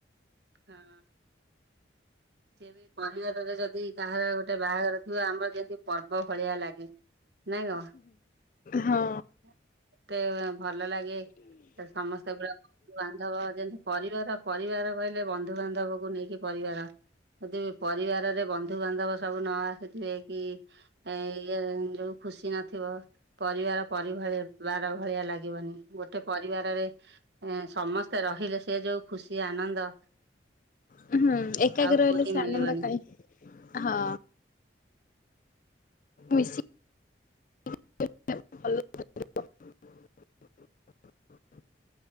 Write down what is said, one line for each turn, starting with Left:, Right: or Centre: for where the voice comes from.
Right: ହଁ। ସିଏ ବି ପରିବାରରେ ଯଦି କାହାର ଗୋଟେ ବାହାଘର ଥିବ ଆମର ଯେମିତି ପର୍ବ ଭଳିଆ ଲାଗେ। ନାଇଁ କଣ
Left: ହଁ।
Right: ଏତେ ଭଲ ଲାଗେ ସମସ୍ତେ ପୁରା ବାନ୍ଧବ ଯେନ୍ତି ପରିବାର ପରିବାର କହିଲେ ବନ୍ଧୁବାନ୍ଧବ କୁ ନେଇକି ପରିବାର। ଯଦି ପରିବାରରେ ବନ୍ଧୁବାନ୍ଧବ ସବୁ ନ ଆସୁଥିବେ କି ଏ ଇ ଯୋଉ ଖୁସି ନଥିବ ପରିବାର ପର ଭଳିଆ ବାର ଭଳିଆ ଲାଗିବନି ଗୋଟେ ପରିବାରରେ ଏ ସମସ୍ତେ ରହିଲେ ସେ ଯୋଉ ଖୁସି ଆନନ୍ଦ
Left: ହୁଁ ଏକାକି
Right: ଆଉ
Left: ରହିଲେ
Right: କୋଉଠି
Left: ସେ
Right: ମିଳିବନି
Left: ଆନନ୍ଦ କାଇଁ। ହଁ ମିଶି <inaudible>